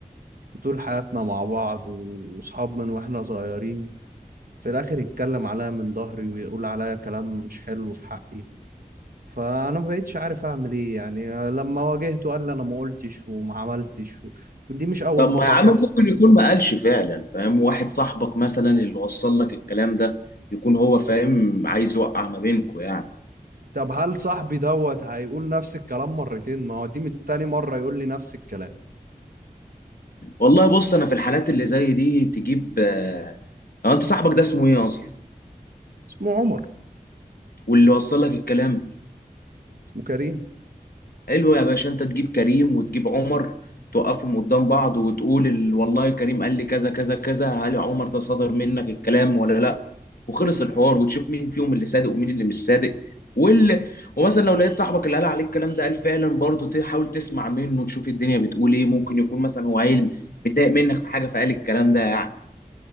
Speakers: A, on the right; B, on the left.
A: طول حياتنا مع بعض وصحاب من واحنا صغيرين في الاخر يتكلم عليا من ظهري ويقول عليا كلام مش حلو في حقي فانا ما بقتش عارف اعمل ايه يعني لما واجهته قال لي انا ما قلتش وما عملتش و... ودي مش اول
B: طب
A: مرة
B: ما يا عم
A: تحصل
B: ممكن يكون ما قالش فعلا فاهم واحد صاحبك مثلا اللي وصل لك الكلام ده يكون هو فاهم عايز يوقع ما بينكوا يعني
A: طب هل صاحبي دوت هيقول نفس الكلام مرتين ما هو دي من تاني مرة يقول لي نفس الكلام
B: والله بص انا في الحالات اللي زي دي تجيب آه، هو انت صاحبك ده اسمه ايه اصلا
A: اسمه عمر
B: واللي وصل لك الكلام
A: اسمه كريم
B: حلو يا باشا انت تجيب كريم وتجيب عمر توقفهم قدام بعض وتقول ال... والله كريم قال لي كذا كذا كذا هل يا عمر ده صدر منك الكلام ولا لا وخلص الحوار وتشوف مين فيهم اللي صادق ومين اللي مش صادق وال... ومثلا لو لقيت صاحبك اللي قال عليك الكلام ده قال فعلا برضه تحاول تسمع منه وتشوف الدنيا بتقول ايه ممكن يكون مثلا هو عيل متضايق منك في حاجه فقال الكلام ده يعني